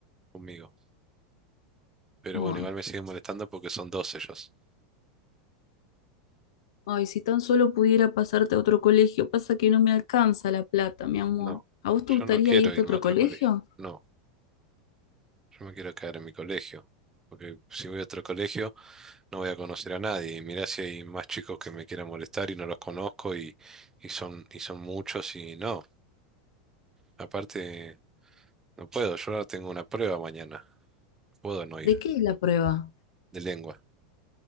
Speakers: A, on the right; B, on the left.
A: conmigo. Pero
B: Ay,
A: bueno, igual me siguen molestando porque son dos ellos.
B: ay, si tan solo pudiera pasarte a otro colegio, pasa que no me alcanza la plata, mi amor.
A: No,
B: ¿A vos te
A: yo
B: gustaría
A: no quiero
B: irte
A: irme
B: a otro
A: a otro
B: colegio?
A: colegio. No, yo me quiero quedar en mi colegio. Porque si voy a otro colegio no voy a conocer a nadie. Y mirá si hay más chicos que me quieran molestar y no los conozco y, y son, y son muchos y no. Aparte, no puedo. Yo ahora tengo una prueba mañana. No puedo no ir
B: ¿De qué es la prueba?
A: de lengua.